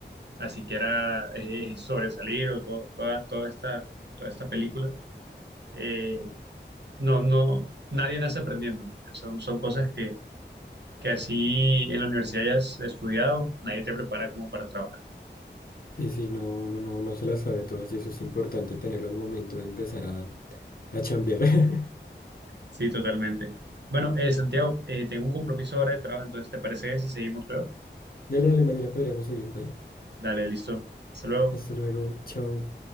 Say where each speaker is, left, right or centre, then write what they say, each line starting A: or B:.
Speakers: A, on the right (about 65°); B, on the left (about 50°).
A: así que era eh, sobresalir o to- toda, toda esta, toda esta película. Eh, no, no, nadie nace aprendiendo. Son, son cosas que, que así en la universidad hayas estudiado, nadie te prepara como para trabajar.
B: Sí, sí, no, uno no, no se las sabe todas y eso es importante tenerlo al momento de empezar a, a chambear. <laughs>
A: Sí, totalmente. Bueno, eh, Santiago, eh, tengo un compromiso ahora de trabajo, entonces ¿te parece si seguimos luego?
B: Dale, dale, mañana podríamos seguir, dale.
A: Dale, listo. Hasta luego.
B: Hasta luego, chao.